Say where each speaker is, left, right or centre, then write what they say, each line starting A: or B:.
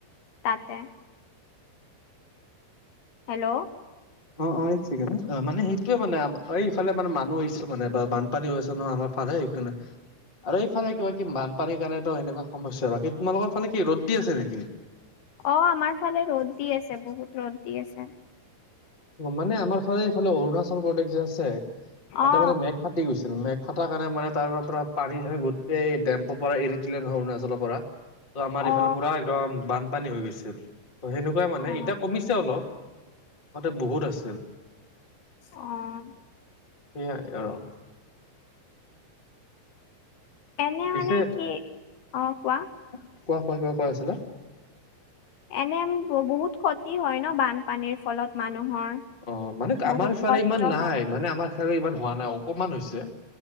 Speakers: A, on the left; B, on the left.
A: তাতে। হেল্ল'!
B: অ', অ', এক ছেকেণ্ড। মানে সেইটোয়ে মানে, এইফালে মানে মানুহ আহিছে মানে বা বানপানী হৈ আছে নহ আমাৰ পালে এই কাৰনে আৰু এইফালে কিবা কি বানপানীৰ কাৰণেটো সেনেকুৱা সমস্যা, বাকী তোমালোকৰ ফালে কি ৰ'দ দি আছে নেকি?
A: অ', আমাৰ ফালে ৰ'দ দি আছে, বহুত ৰ'দ দি আছে।
B: মানে আমাৰ ফালে এইফালে অৰুণাচল প্ৰদেশ যে আছে, তাতে
A: অ
B: মানে মে ফাটি গৈছিল, মেঘ ফটাৰ কাৰণে মানে তাৰ পৰা পানী চানী গোটেই এই টেম্পৰ পৰা এৰি দিলে নহয় অৰুণাচলৰ পৰা। ত' আমাৰ এইফালে
A: অ
B: পুৰা একদম বানপানী হৈ গৈছিল, ত' সেনেকুৱাই মানে
A: অ
B: এতিয়া কমিছে অলপ। আগতে বহুত আছিল।
A: অ'।
B: সেয়াই আৰু।
A: এনে
B: পিছে
A: মানে কি, অ', কোৱা।
B: কোৱা, কোৱা কিবা কৈ আছিলা?
A: এনে বহুত ক্ষতি হয়, ন বানপানীৰ ফলত মানুহৰ।
B: অ', মানে
A: বহুত
B: আমাৰ ইফালে
A: কষ্ট
B: ইমান নাই,
A: হয়
B: মানে আমাৰ <unintelligible> ইমান হোৱা নাই অকমান হৈছে।